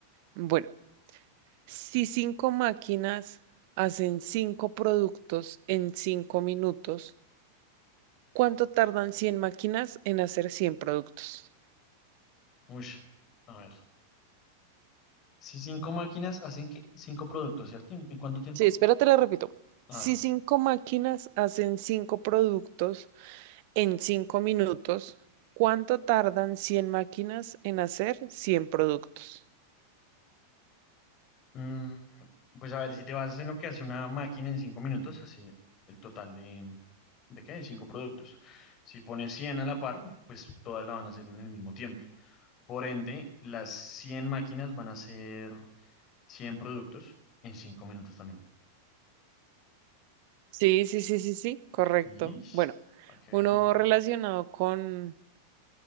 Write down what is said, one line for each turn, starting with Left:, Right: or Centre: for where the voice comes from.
Right: Bueno, si cinco máquinas hacen cinco productos en cinco minutos, ¿cuánto tardan 100 máquinas en hacer 100 productos?
Left: Ush, a ver. Si cinco máquinas hacen qué? Cinco productos, ¿cierto? ¿En, en cuánto tiempo?
Right: Sí, espérate, lo repito.
Left: A
Right: Si
Left: ver.
Right: cinco máquinas hacen cinco productos en cinco minutos, ¿cuánto tardan 100 máquinas en hacer 100 productos?
Left: Mm, pues a ver, si te basas en lo que hace una máquina en cinco minutos, hace el total de, ¿de qué? De cinco productos. Si pones 100 a la par, pues todas la van a hacer en el mismo tiempo. Por ende, las 100 máquinas van a hacer 100 productos en cinco minutos también.
Right: Sí, sí, sí, sí, sí, correcto.
Left: Ish,
Right: Bueno,
Left: para que vean.
Right: uno relacionado con,